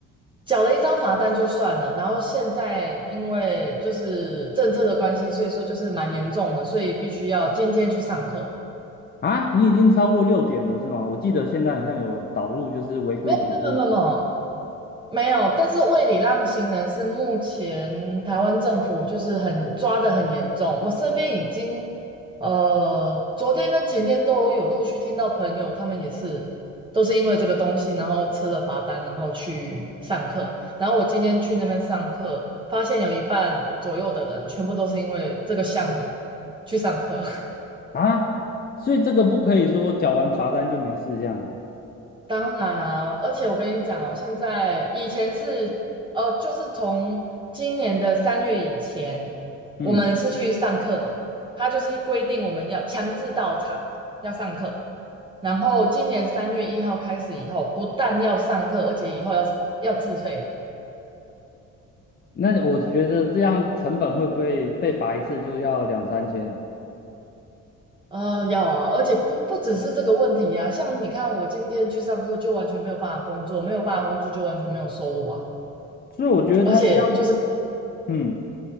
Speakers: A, on the right; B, on the left.
A: 缴了一张罚单就算了。然后现在因为就是政策的关系，所以说就是蛮严重的，所以必须要今天去上课。
B: 啊，你已经超过六点了是吗？我记得现在好像有导入就是违规点数制
A: 没有没有没有没有，没有，但是为礼让行人是目前台湾政府就是很抓得很严重。我身边已经，呃，昨天跟前天都有陆续听到朋友，他们也是都是因为这个东西，然后吃了罚单，然后去上课。然后我今天去那边上课，发现有一半左右的人全部都是因为这个项目去上课。<laughs>
B: 啊，所以这个不可以说缴完罚单就没事这样。
A: 当然啊，而且我跟你讲哦，现在以前是，呃，就是从今年的三月以前，
B: 嗯，
A: 我们是去上课嘛，他就是规定我们要强制到场要上课，然后今年三月一号开始以后，不但要上课，而且以后要要自费了。
B: 那我觉得这样成本会不会被罚一次就要两三千？
A: 呃，要啊，而且不不只是这个问题啊，像你看，我今天去上课就完全没有办法工作，没有办法工作就完全没有收入啊，
B: 所以我觉得他这样，
A: 而且就是
B: 嗯，